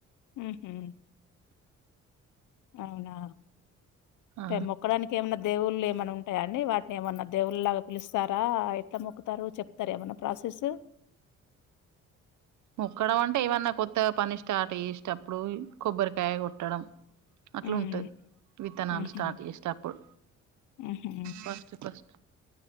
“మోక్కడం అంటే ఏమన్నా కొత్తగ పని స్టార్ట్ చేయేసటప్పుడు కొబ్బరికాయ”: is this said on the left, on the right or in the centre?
Right